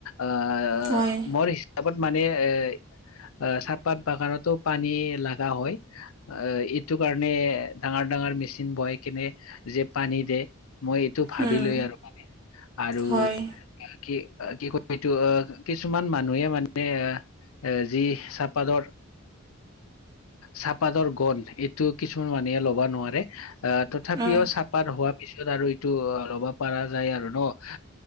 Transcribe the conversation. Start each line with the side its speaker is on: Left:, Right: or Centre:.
Left: আহ
Right: হয়
Left: মোৰ হিচাপত মানে এ আহ চাহপাত বাগানতো পানী লাগা হয়। অ, এইটো কাৰণে ডাঙৰ, ডাঙৰ মেচিন বহাই কেনে যে পানী দে মই এইটো ভাবিলো
Right: উম,
Left: আৰু। আৰু
Right: হয়
Left: কি, কি, ক এইটো আহ কিছুমান মানুহে মানে আহ। এ, যি চাহপাতৰ চাহপাতৰ গন্ধ এইটো কিছুমান মানুহে ল'ব নোৱাৰে। আহ তথাপিও
Right: উম,
Left: চাহপাত হোৱা পিছত আৰু এইটো ল'ব পৰা যায় আৰু ন, অ'।